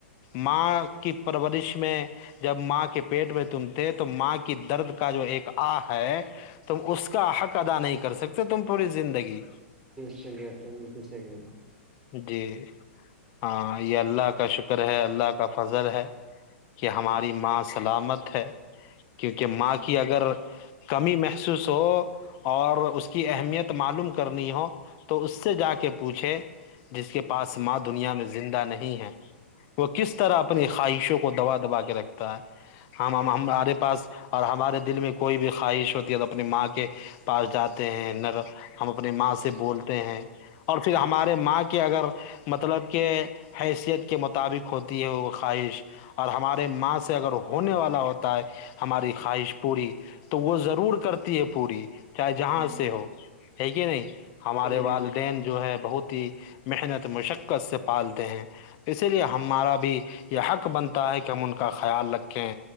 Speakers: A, on the left; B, in the centre.
A: ماں کی پرورش میں جب ماں کے پیٹ میں تم تھے تو ماں کی درد کا جو ایک آ ہے تم اس کا حق ادا نہیں کر سکتے تم پوری زندگی
B: سےگےا بک س گے
A: جی ہاں یہ اللہ کا شکر ہے اللہ کا فضل ہے کہ ہماری ماں سلامت ہے کیونکہ ماں کی اگر کمی محسوس ہو اور اس کی اہمیت معلوم کرنی ہو تو اس سے جا کے پوچھے جس کے پاس ماں دنیا میں زندہ نہیں ہے وہ کس طرح اپنی خواہشوں کو دبا دبا کے رکھتا ہے ہم ہمارے پاس اور ہمارے دل میں کوئی بھی خواہش ہوتی اپنی ماں کے پاس جاتے ہیں نر ہم اپنی ماں سے بولتے ہیں اور پھر ہمارے ماں کے اگر مطلب کہ حیثیت کے مطابق ہو ہوتی ہے وہ خواہش اور ہمارے ماں سے اگر ہونے والا ہوتا ہے ہماری خواہش پوری تو وہ ضرور کرتی ہے پوری چاہے جہاں
B: ہوں
A: سے ہو ہےیک نہیں ہمارے
B: صحیح ہے
A: والدین جو ہے بہت ہی محنت مشقت سے پالتے ہیں اسی لیے ہمارا بھی یہ حق بنتا ہے کہ ہم ان کا خیال رکھیں